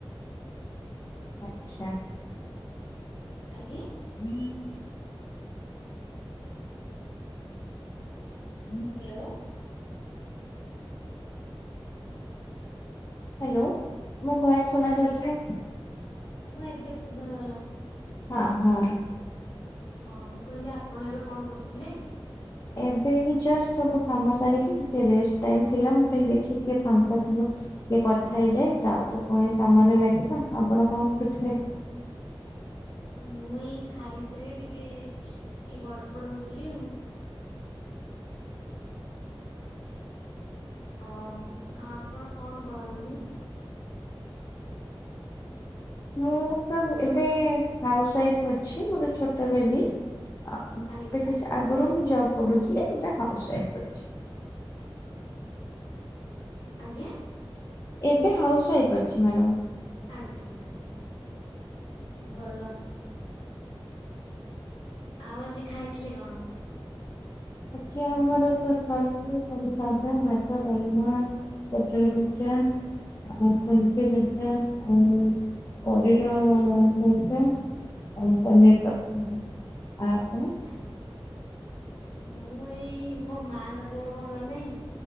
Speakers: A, on the left; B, on the left.
A: ଆଚ୍ଛା।
B: ଆଜ୍ଞେ।
A: ହୁଁ। ହୁଁ।
B: ହାଲୋ।
A: ହ୍ୟାଲୋ ମୋ ଭଏସ୍ ଶୁଣା
B: ଆଜ୍ଞା।
A: ଯାଉଚି ନାଁ?
B: ହଁ ଏବେ ଶୁଭା ଗଲା।
A: ହଁ ହଁ।
B: ହଁ ମୁଁ କହିଲି ଆପଣ ଏବେ କଣ କରୁଥିଲେ?
A: ଏବେ ହିଁ ଜଷ୍ଟ ସବୁ କାମ ସାରିକି ଟିକେ ରେଷ୍ଟ ଟାଇମ୍ ଥିଲା ମୁଁ କହିଲି ଦେଖିଆ ଟିକେ କିଏ ଫାଙ୍କା ଥିବ। ଟିକେ କଥା ହେଇଯାଏ ତାପରେ ପୁଣି କାମରେ ଲାଗିବ ଆପଣ କଣ କରୁଥିଲେ?
B: ମୁଁ ଏଇ ଖାଇସାରି ଟିକେ ଏଇ ଗଡପଡ ହଉଥିଲି ଆଉ। ଆଉ ଆଉ ଆପଣ କଣ କରନ୍ତି?
A: ମୁଁ ତ ଏବେ ହାଉସୱାଇଫ ଅଛି ଗୋଟେ ଛୋଟ ଛୋଟ ବେବି, ଏବେ
B: ଆଜ୍ଞା
A: କିଛି ଆଗରୁ ମୁଁ ଜବ କରୁଥିଲି ଏବେ ହାଉସ ୱଫ ଅଛି।
B: ଆଜ୍ଞା।
A: ଏବେ ହାଉସ ୱାଇଫ୍ ଅଛି ମ୍ୟାଡ଼ାମ।
B: ଆଜ୍ଞା ଆଜ୍ଞା ଭଲ। ଆଉ ଆଜି ଖାଇଥିଲେ କଣ?
A: ଆଜି ଆମର ତ ଥର୍ଷଡେ ସବୁ ସାଧା ଭାତ ଡାଲମା। ପୋଟଳ ଭଜା। ଆଉ କଞ୍ଚ ଲଜା ଆଉ କରିଡର ଲଜା। ଆଉ ପନିର ତରକାରୀ ଆଉ ଆପଣ?
B: ଆଜ୍ଞା, ମୁଁ ଏଇ ମୋ ମାଙ୍କ ଦେହ ଭଲ ନାଇଁ।